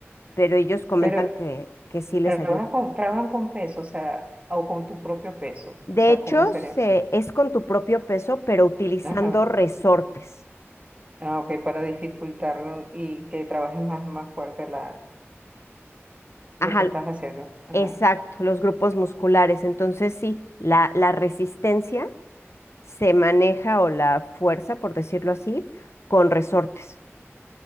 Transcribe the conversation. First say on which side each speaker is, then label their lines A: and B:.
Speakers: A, on the left; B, on the right.
A: pero ellos comentan
B: Pero
A: que, que sí les
B: trabaja
A: ayuda.
B: con, trabajan con peso, o sea, o con tu propio peso,
A: De
B: o sea,
A: hecho,
B: ¿cómo sería?
A: se, es con tu propio peso, pero utilizando
B: Ajá.
A: resortes.
B: Ah, ok, para dificultarlo y que trabajes más, más fuerte la lo
A: Ajá,
B: que estás haciendo. Ajá.
A: exacto, los grupos musculares. Entonces sí, la, la resistencia se maneja o la fuerza, por decirlo así, con resortes.